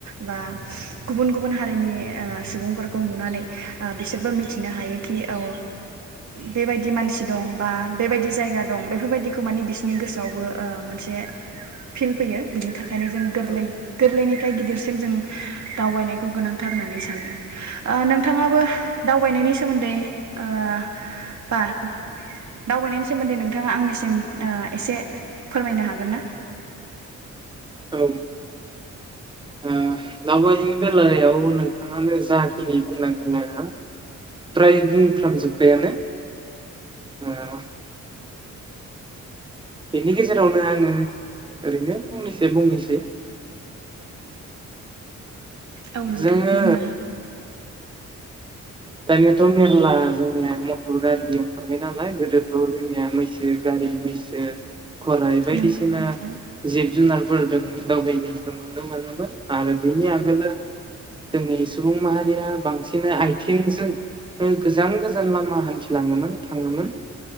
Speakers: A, on the right (about 60°); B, on the right (about 15°).
A: बा गुबुन गुबुन हारिनि‌ ओ सुबुंफोरखौ नुनानै आ बिसोरबो मिथिनो हायो कि औ बेबायदि मानसि दं बा बेबायदि जायगा दं बेफोरबायदिखौ मानि बिसोरनि गोसोआवबो ओ मोनसे फिल फैयो बिनि थाखायनो जों गोरलै
B: औ
A: गोरलैनिफ्राय गिदिरसिम जों दावबायनायखौ गोनांथार होननानै सानो ओ नोंथाङाबो? दावबायनायनि सोमोन्दै ओ बा दावबायनायनि सोमोन्दै नोंथाङा आंनिसिम ओ एसे फोरमायनो हागोन ना?
B: औ ओ दावबायनायनि बेलायाव नोंथाङानो जाखिनि बुंनांगौ फ्राय बुंफ्रामजोब्बायानो ओ बेनि गेजेरावनो आङो ओरैनो फंनैसै बुंनोसै।
A: औ नोंथां
B: जोङो
A: बुंनो हागोन
B: दानियाथ' मेरला जोंनिया मटर गारि ओंखारबाय नालाय गोदोथ' जोंनिया मैसो गारि मैसो गराइ बायदिसिना
A: नंगौ नोंथां
B: जि जुनारफोरदों दावबायनायखौ नुनो मोनोमोन आरो बेनि आगोल जोंनि सुबुं माहारिया बांसिन आइ थिंजों गोजान गोजान लामा हान्थिलाङोमोन थाङोमोन।